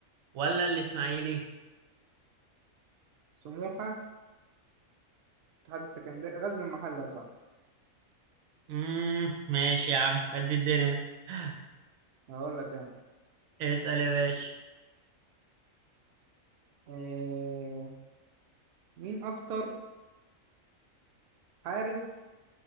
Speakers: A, on the right; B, on the right.
A: ولا الاسماعيلي
B: سموحة اتحاد السكندري غزل المحلة صح
A: امم ماشي يا عم قد الدنيا <laughs>
B: هقول لك انا
A: اسأل يا باشا
B: آه. مين اكتر حارس